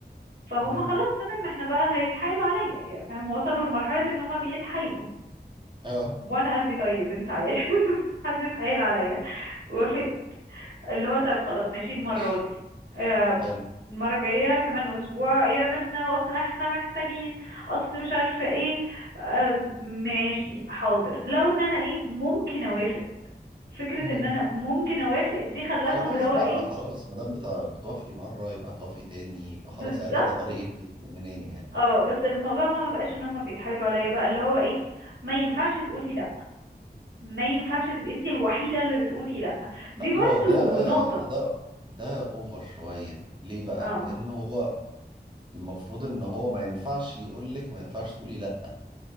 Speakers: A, on the right (about 80°); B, on the right (about 25°).
A: فهم
B: مم.
A: خلاص تمام احنا بقى هيتحايلوا عليا يعني فاهم وصلوا لمرحله ان هم بيتحايلوا
B: اه
A: وانا قلبي طيب انت عارف <laughs> حد اتحايل عليا وافق اللي هو طيب خلاص ماشي
B: ماشي
A: المرة دي آم،
B: حلو
A: المرة الجاية كمان أسبوع يا ميرنا أصل احنا محتاجين أصل مش عارفة ايه آم، ماشي حاضر لو ان أنا ايه ممكن أوافق فكرة
B: مم.
A: ان أنا ممكن أوافق دي خلتهم
B: خلاص
A: اللي هو
B: بقى
A: ايه
B: خلاص ما دام بتع- بتوافقي مرة يبقى هتوافقي تاني يبقى
A: بالظبط
B: خلاص عرفنا طريقك من- منين يعني
A: اه بس الموضوع بقى ما بقاش ان هما بيتحايلوا عليا بقى اللي هو ايه ما ينفعش تقولي لا ما ينفعش تبقي انتي الوحيدة اللي بتقولي لا دي
B: لا
A: برضو
B: ما هو ده
A: نقطة
B: ده ده اوفر شوية ليه بقى
A: اه
B: لان هو المفروض ان هو ما ينفعش يقول لك ما ينفعش تقولي لا